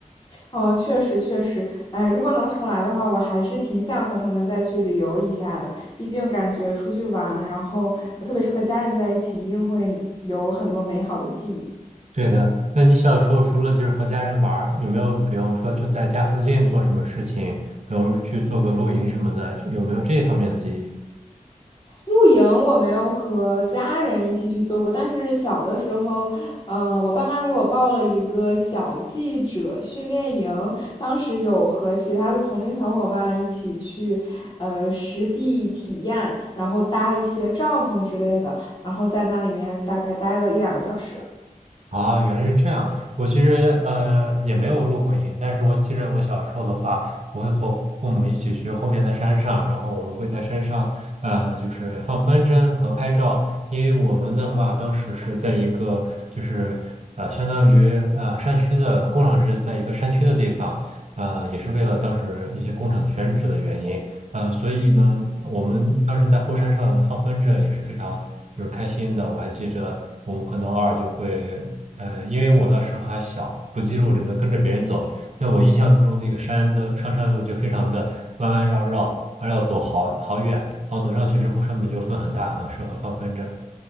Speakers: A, on the left; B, on the right.
A: 嗯，确实确实，哎，如果能重来的话，我还是挺想和他们再去旅游一下的。毕竟感觉出去玩，然后呃特别是和家人在一起，一定会有很多美好的记忆。
B: 对的，那你小时候除了就是和家人玩儿，有没有比方说就在家附近做什么事情，比方说去做个露营什么的，有没有这方面的记忆？
A: 露营我没有和家人一起去做过，但是小的时候，嗯、呃我爸妈给我报了一个小记者训练营，当时有和其他的同龄小伙伴一起去，呃，实地体验，然后搭一些帐篷之类的，然后在那里面大概待了一两个小时。
B: 啊，原来是这样。我其实呃也没有入过营，但是我记着我小时候的话，我会和父母一起去后面的山上，然后我们会在山上呃就是放风筝和拍照，因为我们的话当时是在一个就是呃相当于呃山区的工厂是在一个山区的地方，呃也是为了当时一些工厂的选址的原因，呃所以呢我们当时在后山上放风筝也是非常就是开心的，我还记着。我们可能偶尔就会呃，因为我那时候还小，不记录，只能跟着别人走。在我印象中，那个山的上山路就非常的弯弯绕绕，还要走好好远。然后走上去之后，上面就风很大，很适合放风筝。